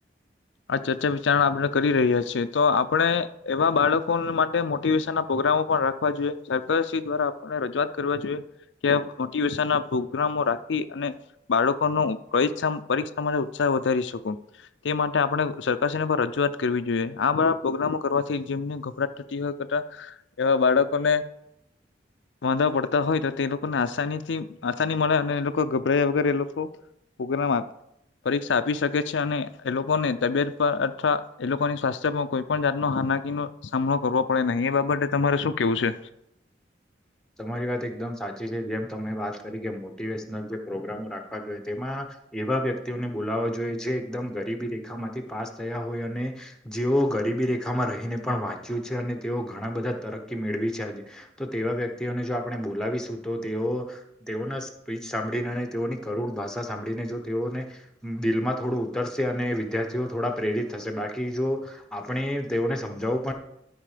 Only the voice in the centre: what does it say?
<unintelligible>
તમારી વાત એકદમ સાચી છે જેમ તમે વાત કરી કે મોટિવેશનલ જે પ્રોગ્રામો રાખવા જોઈએ તેમાં. એવા વ્યક્તિઓને બોલાવવાો જોઈએ જે એકદમ ગરીબી રેખા માંથી પાસ થયા હોય અને જેઓ. ગરીબી રેખામાં રહીને પણ વાંચ્યું છે અને તેઓ ઘણા બધા તરકી મેળવી છે આજે તો તેવા વ્યક્તિ. તેઓને જો આપણે બોલાવીશું તો તેઓ તેઓના સ્પીચ સાંભળીને અને તેઓની કરુણ ભાષા સાંભળી. તેઓને દિલમાં થોડું ઉતરશે અને વિદ્યાર્થીઓ થોડા પ્રેરિત થશે બાકી જો. આપણે તેઓને સમજાવવું પણ.